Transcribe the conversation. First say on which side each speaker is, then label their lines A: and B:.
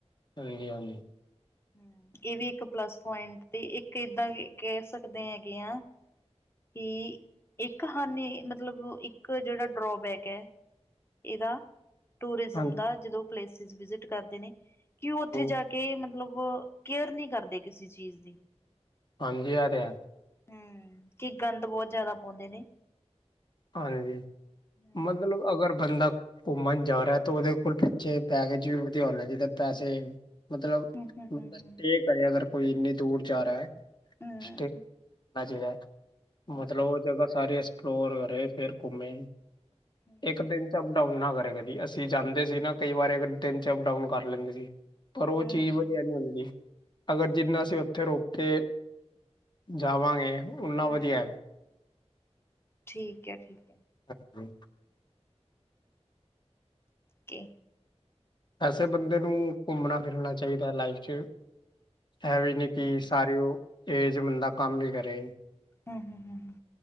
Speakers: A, on the left; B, on the left.
A: ਹਾਂਜੀ ਹਾਂਜੀ
B: ਹੂੰ ਇਹ ਵੀ ਇੱਕ ਪਲੱਸ ਪੁਆਇੰਟ ਤੇ ਇੱਕ ਏਦਾਂ ਵੀ ਕਹਿ ਸਕਦੇ ਹੈਗੇ ਆ ਕੀੁ ਇੱਕ ਹਾਨੀ ਮਤਲਬ ਇੱਕ ਜਿਹੜਾ ਡਰੋਬੈਕ ਐ ਇਹਦਾ ਦਾ ਟੂਰੀਜ਼ਮ
A: ਹਾਂਜੀ
B: ਦਾ ਜਦੋਂ ਪਲੇਸਿਸ ਵਿਜ਼ਿਟ ਕਰਦੇ ਨੇ ਕਿ ਉਹ ਉੱਥੇ
A: ਹਾਂਜੀ
B: ਜਾ ਕੇ ਮਤਲਬ ਕੇਅਰ ਨਹੀਂ ਕਰਦੇ ਕਿਸੇ ਚੀਜ਼ ਦੀ।
A: ਹਾਂਜੀ ਐ ਤੇ ਹੈ।
B: ਹੂੰ ਕੀ ਗੰਦ ਬਹੁਤ ਜ਼ਿਆਦਾ ਪਾਉਂਦੇ ਨੇ‌।
A: ਹਾਂਜੀ
B: ਹੂੰ
A: ਮਤਲਬ ਅਗਰ ਬੰਦਾ ਘੁੰਮਣ ਜਾ ਰਿਹਾ ਤਾਂ ਉਹਦੇ ਕੋਲ਼ ਪਿੱਛੇ ਪੈਕੇਜ ਵੀ ਵਧੀਆਂ ਹੋਣਾ ਚਾਹੀਦਾ। ਪੈਸੇ ਮਤਲਬ
B: ਹੂੰ
A: <unintelligible>
B: ਹੂੰ ਹੂੰ
A: ਕਰੇ ਅਗਰ ਕੋਈ ਇੰਨੀ ਦੂਰ ਜਾ ਰਿਹਾ ਐ।
B: ਹੂੰ
A: <unintelligible>
B: ਹੂੰ
A: ਮਤਲਬ ਉਹ ਜਗ੍ਹਾ ਸਾਰੇ ਐਕਸਪਲੋਰ ਫੇਰ-ਫ਼ੇਰ ਘੁੰਮੇ
B: ਹੂੰ
A: ਇੱਕ ਦਿਨ 'ਚ ਅੱਪ ਡਾਊਨ ਨਾ ਕਰੇ ਕਦੀਂ ਅਸੀਂ ਅਸੀਂ ਜਾਂਦੇ ਸੀ ਨਾ ਕਈ ਵਾਰੀ ਅ ਦਿਨ ਚ ਅੱਪ ਡਾਊਨ ਕਰ ਲੈਂਦੇ ਸੀ। ਪਰ ਉਹ
B: ਹੂੰ
A: ਚੀਜ਼
B: ਹੂੰ
A: ਵਧੀਆਂ ਨੀਂ ਹੁੰਦੀ। ਅਗਰ ਜਿੰਨਾ ਅਸੀਂ ਉੱਥੇ ਰੁਕ ਕੇ ਜਾਵਾਂਗੇ ਉਨਾਂ
B: ਹੂੰ
A: ਵਧੀਆਂ ਐ।
B: ਠੀਕ ਐ ਠੀਕ ਐ।
A: ਹਾਂਜੀ
B: ਕੇ
A: ਐਸੇ ਬੰਦੇ ਨੂੰ ਘੁੰਮਣਾ ਫ਼ਿਰਨਾ ਚਾਹੀਦਾ ਲਾਈਫ ਚ ਏ ਵੀ ਨੀ ਕਿ
B: ਹੂੰ
A: ਸਾਰੀਓ ਏਜ ਬੰਦਾ ਕੰਮ ਈ ਕਰੇ
B: ਹਮ -ਹਮ ਹੂੰ -ਹੂੰ